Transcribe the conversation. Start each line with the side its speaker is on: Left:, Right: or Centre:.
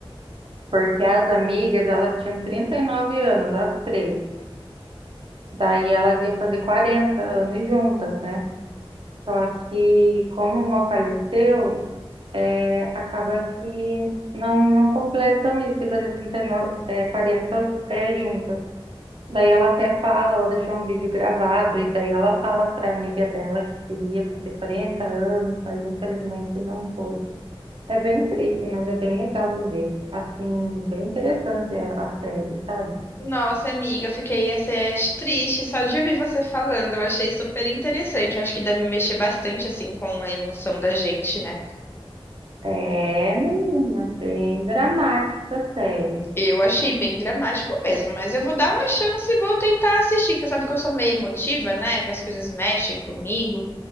Right: porque as amigas, elas tinham 39 anos, as três. Daí elas iam fazer 40 anos juntas, né? Só que como uma faleceu, é, acaba que não, não completam isso de fazer 39, é, 40 é, juntas. Daí ela até fala, ela deixou um vídeo gravado, e daí ela fala para amiga dela que queria fazer 40 anos, mas infelizmente não pôde. É bem triste, mas é bem legal de ver. Assim, bem interessante a, a série, sabe?
Left: Nossa, amiga, fiquei assim, triste só de ouvir você falando. Eu achei super interessante. Acho que deve mexer bastante assim com a emoção da gente, né?
Right: É, menina, bem dramática a série.
Left: Eu achei bem dramático mesmo, mas eu vou dar uma chance e vou tentar assistir, que sabe que eu sou meio emotiva, né? Que as coisas mexem comigo.